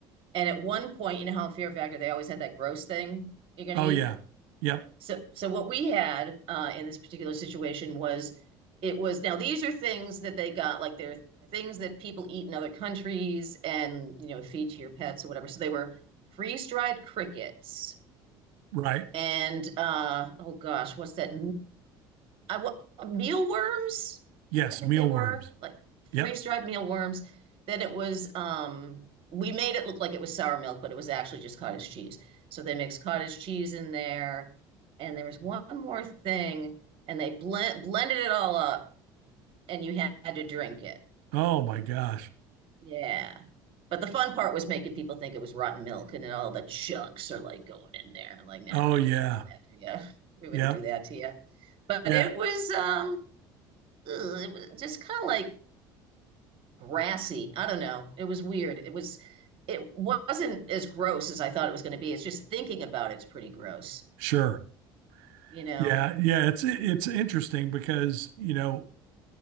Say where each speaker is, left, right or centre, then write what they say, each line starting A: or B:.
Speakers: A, on the right; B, on the right.
A: And at one point, you know how Fear Factor they always had that gross thing you're going
B: Oh,
A: to eat.
B: yeah. Yep.
A: So, so what we had uh, in this particular situation was it was now these are things that they got like they're things that people eat in other countries and you know feed to your pets or whatever. So they were freeze dried crickets
B: Right.
A: and uh, oh gosh, what's that? I what mealworms.
B: Yes.
A: I think
B: Mealworms.
A: they were like freeze-dried
B: Yep.
A: mealworms. Then it was um, we made it look like it was sour milk, but it was actually just cottage cheese. So they mixed cottage cheese in there, and there was one more thing, and they blend blended it all up, and you had to drink it.
B: Oh, my gosh.
A: Yeah. But the fun part was making people think it was rotten milk and then all the chunks are like going in there. Like, nah,
B: Oh, yeah.
A: we didn't do that to you. We wouldn't
B: Yep.
A: do that to you. But
B: Yeah.
A: it was um ugh, it was just kind of like grassy. I don't know. It was weird. It was it wasn't as gross as I thought it was going to be. It's just thinking about it's pretty gross,
B: Sure.
A: you know.
B: Yeah. Yeah. It's, it's interesting because, you know,